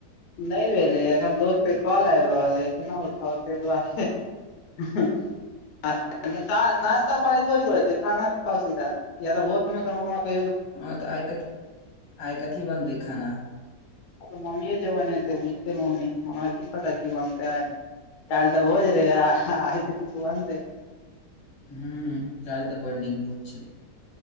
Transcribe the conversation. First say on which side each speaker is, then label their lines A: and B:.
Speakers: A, on the left; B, on the left.
A: नहि भेलैया, एखन दोस्तके कॉल आबि रहल अइ केना उठाउ ताहि दुआरे अ्ह् नइ त नश्ता पानी थोड़े हो छै खाना खाओ सुधा <unintelligible> <unintelligible> कहियौ
B: हां त आइकथि आइकथी बनतै खाना?
A: अऽ मम्मीये जे बनेतै से बुझतै मम्मी हमरा की पता की बनतै? काइल्ह तऽ भोज रहै, आज तऽ किछ बनतै।
B: हूम्म काइल्ह तऽ बड़ नीक भोज छलै।